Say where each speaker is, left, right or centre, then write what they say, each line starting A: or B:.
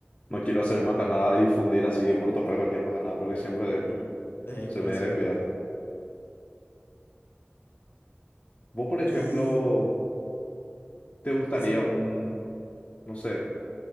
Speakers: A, on the left; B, on the left.
A: no quiero hacer macanada y fundir así por tocar cualquier macanada porque siempre
B: Y, eh,
A: soy
B: puede
A: medio
B: ser
A: descuidado.
B: también.
A: Vos, por ejemplo,
B: Y
A: ¿te gustaría
B: decime,
A: un, no sé?